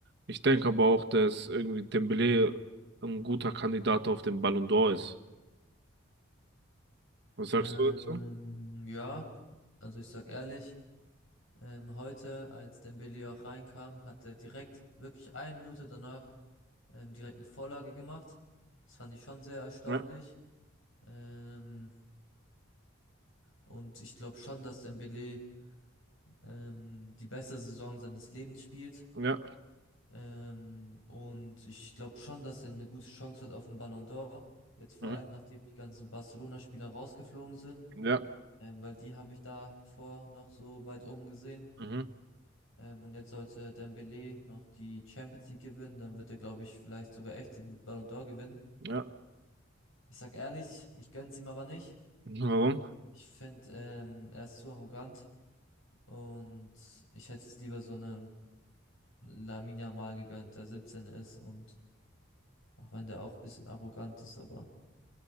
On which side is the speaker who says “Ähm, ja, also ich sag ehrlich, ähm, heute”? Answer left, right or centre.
Left